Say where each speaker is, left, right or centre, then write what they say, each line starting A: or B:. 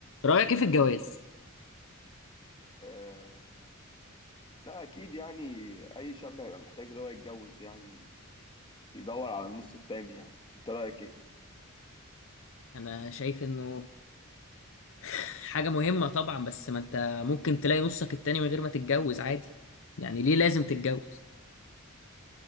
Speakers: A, on the left (about 65°); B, on the left (about 25°).
A: رأيك ايه في الجواز؟
B: آه، لا اكيد يعني اي شاب هيبقى محتاج اللي هو يتجوز يعني يدور على النص التاني يعني انت رايك ايه
A: انا شايف انه <sighs> حاجة مهمة طبعا بس ما انت ممكن تلاقي نصك التاني من غير ما تتجوز عادي يعني ليه لازم تتجوز؟